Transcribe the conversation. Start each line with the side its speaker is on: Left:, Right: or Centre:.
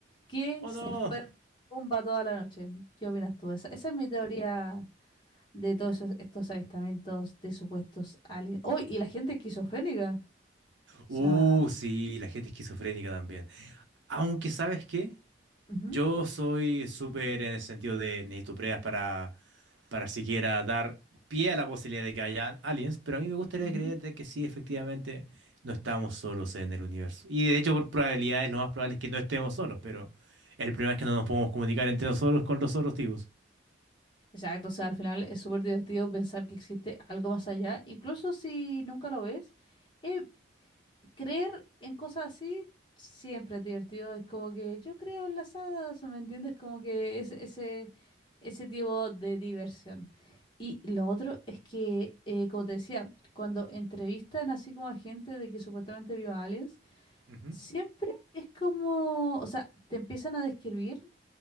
Left: que
Right: ¡Oh
Left: se
Right: no!
Left: fue de rumba toda la noche. ¿Qué opinas tú? Esa, esa es mi teoría. de todos esos- estos avistamientos de supuestos aliens. ¡Oh! Y la gente esquizofrénica. O
Right: Uh,
Left: sea,
Right: sí, la gente esquizofrénica también. Aunque, ¿sabes qué?
Left: ujú,
Right: Yo soy súper en el sentido de necesito pruebas para, para siquiera dar pie a la posibilidad de que haya aliens, pero a mí me gustaría
Left: ujú.
Right: creer de que sí, efectivamente, no estamos solos en el universo. Y de hecho, por probabilidades, lo más probable es que no estemos solos, pero el problema es que no nos podemos comunicar entre nosotros con los otros tipos.
Left: Exacto, o sea, al final es súper divertido pensar que existe algo más allá, incluso si nunca lo ves. Eh, creer en cosas así siempre es divertido, es como que yo creo en las hadas, ¿me entiendes? Como que es, ese, ese tipo de diversión. Y lo otro es que, eh, como te decía, cuando entrevistan así como a gente de que supuestamente vio aliens,
Right: Ujú.
Left: Siempre es como, o sea, te empiezan a describir